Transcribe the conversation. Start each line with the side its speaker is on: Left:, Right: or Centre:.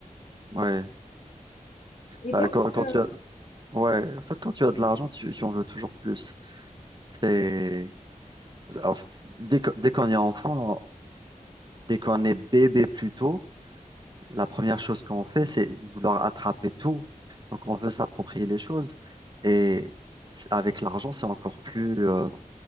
Right: Ouais.
Left: Et
Right: Bah,
Left: donc,
Right: quand, quand
Left: euh,
Right: tu as... Ouais, en fait, quand tu as de l'argent, tu, tu en veux toujours plus. C'est... en fait, dès que- dès qu'on est enfant, dès qu'on est bébé plutôt, la première chose qu'on fait, c'est vouloir attraper tout. Donc, on veut s'approprier les choses. Et c'est- avec l'argent, c'est encore plus, euh,